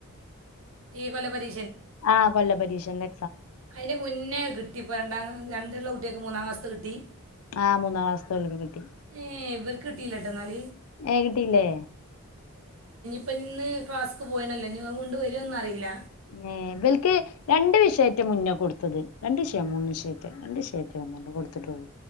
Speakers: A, on the right (about 70°); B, on the left (about 80°).
A: ഈ കൊല്ല പരീ
B: ആഹ് കൊല്ല പരീക്ഷ എന്നെ
A: അയിന് മുന്നേ കിട്ടിപ്പോ രണ്ടാം രണ്ട്ള്ള കു ട്ട്യേക്ക് മൂന്നാം ക്ലാസ്ത്തെ കിട്ടി
B: ആഹ് മൂന്നാം ക്ലാസ്ത്തെ ഓല്ക്ക് കിട്ടി
A: ഏ ഇവർക്ക് കിട്ടിയില്ല കേട്ടോ എന്നാൽ
B: ഏഹ് കിട്ടീല്ലെ
A: ഇപ്പം ഇന്ന് ക്ലാസ്ക്ക് പോയ്ണല്ലൊ ഇഞ്ഞ് അഹും കൊണ്ട് വരോന്ന് അറീല്ല
B: പിന്നേ ഇവൽക്ക് രണ്ട് വിഷയറ്റെ മുന്നേ കൊടുത്തത് രണ്ട് വിഷയം മൂന്ന് വിഷയറ്റെ രണ്ട് വിഷയറ്റെ രണ്ട് ഒന്നിന്ന് കൊടുത്തിട്ടൊള്ളൂ